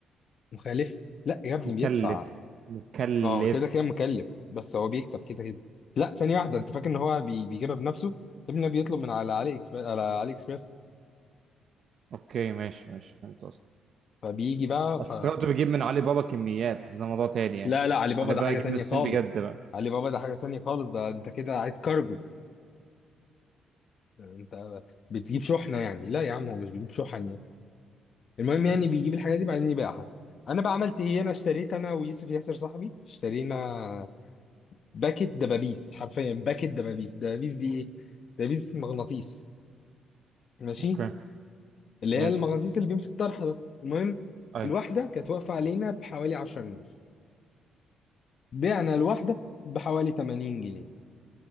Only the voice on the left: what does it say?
مخالف لا يا ابني
بيدفع
اه كده كده مكلف بس هو بيكسب كده كده لا ثانيه واحده انت فاكر ان هو بي- بيجيبها بنفسه ابنه بيطلب من على علي اكسبرس على علي اكسبرس
فبيجي بقى
ف...
لا لا علي بابا
ده
حاجه
تانيه
خالص
علي بابا ده حاجه تانيه خالص ده انت كده عايز كارجو انت بتجيب شحنه يعني لا يا عم هو مش بيجيب شحن يعني المهم يعني بيجيب الحاجات دي بعدين يبيعها انا بقى عملت ايه انا اشتريت انا ويوسف ياسر صاحبي اشترينا باكت دبابيس حرفيا باكت دبابيس دبابيس دي ايه دبابيس مغناطيس ماشي
اللي
هي المغناطيس اللي بيمسك طرحه ده المهم
الواحده كانت واقفه علينا بحوالي 10 جنيه بعنا الواحده بحوالي 80 جنيه